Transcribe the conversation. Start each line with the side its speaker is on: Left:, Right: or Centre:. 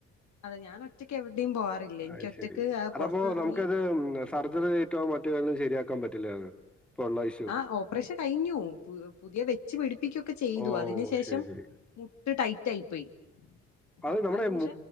Left: അതെ ഞാൻ ഒറ്റയ്ക്ക് എവിടെയും പോവാറില്ല എനിക്ക്
Centre: അയിശരി
Left: ഒറ്റക്ക് ആഹ്
Centre: അതപ്പോ
Left: പുറത്തിറങ്ങി
Centre: നമുക്കത് നെ സർജറി ആയിറ്റോ മറ്റോ ശരിയാക്കാൻ പറ്റില്ലാന്ന് ഇപ്പോ ഉള്ള ഇഷ്
Left: ആഹ് ഓപ്പറേഷൻ കഴിഞ്ഞു പുതിയ വെച്ച് പിടിപ്പിക്കൊക്കെ ചെയ്തു
Centre: ഓ!
Left: അതിന് ശേഷം
Centre: ശരി, ശരി.
Left: മുട്ട് ടൈറ്റ് ആയി പോയി
Centre: അത്
Left: കം
Centre: നമ്മുടെ
Left: അതെന്ന് വെച്ചാ